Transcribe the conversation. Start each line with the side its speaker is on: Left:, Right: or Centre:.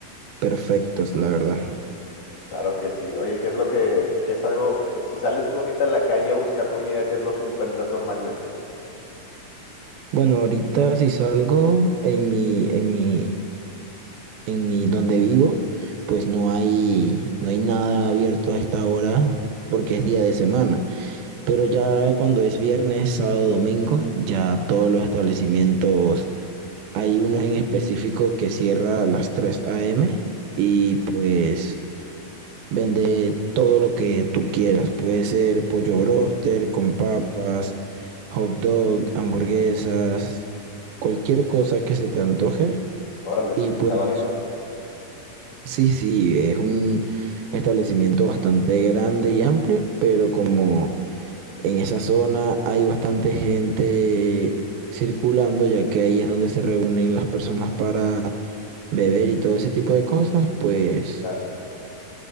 Right: perfectos, la verdad.
Left: Claro que sí. Oye, ¿qué es lo que, qué es algo, eh, si sales tú ahorita a la calle a buscar comida, ¿qué es lo que encuentras normalmente?
Right: Bueno, ahorita si salgo en mi, en mi, en mi donde vivo, pues no hay, no hay nada abierto a esta hora porque es día de semana. Pero ya cuando es viernes, sábado, domingo, ya todos los establecimientos, hay uno en específico que cierra a las 3 a.m. y pues Vende todo lo que tú quieras. Puede ser pollo broster con papas, hot dog, hamburguesas, cualquier cosa que se te antoje.
Left: Órale,
Right: Y
Left: pues sí
Right: pues,
Left: está variado.
Right: sí, sí, es un establecimiento bastante grande y amplio, pero como en esa zona hay bastante gente circulando, ya que ahí es donde se reúnen las personas para beber y todo ese tipo de cosas, pues
Left: Claro.